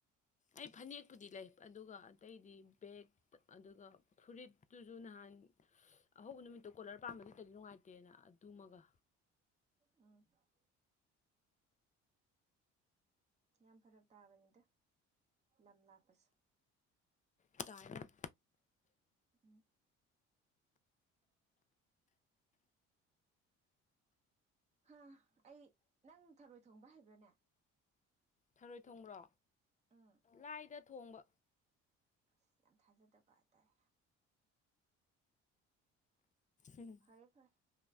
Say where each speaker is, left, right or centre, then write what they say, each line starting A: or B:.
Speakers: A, on the left; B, on the right.
A: ꯑꯩ ꯐꯅꯦꯛꯄꯨꯗꯤ ꯂꯩ ꯑꯗꯨꯒ ꯑꯇꯩꯗꯤ ꯕꯦꯒ ꯑꯗꯨꯒ ꯐꯨꯔꯤꯠꯇꯨꯁꯨ ꯅꯍꯥꯟ ꯑꯍꯧꯕ ꯅꯨꯃꯤꯠꯇꯣ ꯀꯣꯂꯔ ꯄꯥꯝꯕꯗꯤꯇꯗꯤ ꯅꯨꯡꯉꯥꯏꯇꯦꯅ ꯑꯗꯨꯃꯒ
B: ꯑꯥ ꯌꯥꯝ ꯐꯔꯛ ꯇꯥꯕꯅꯤꯗ ꯂꯝ ꯂꯥꯞꯄꯁꯦ
A: ꯇꯥꯏ ꯌꯥꯝ
B: ꯎꯝ ꯍꯥ ꯑꯩ ꯅꯪ ꯊꯔꯣꯏ ꯊꯣꯡꯕ ꯍꯩꯕ꯭ꯔꯅꯦ
A: ꯊꯔꯣꯏ ꯊꯣꯡꯕ꯭ꯔꯣ
B: ꯎꯝ
A: ꯂꯥꯏꯗ ꯊꯣꯡꯕ
B: ꯑ ꯌꯥꯝ ꯊꯥꯖꯗꯕ ꯍꯥꯏꯇꯥꯔꯦ
A: ꯎꯝ
B: ꯐꯔꯦ ꯐꯔꯦ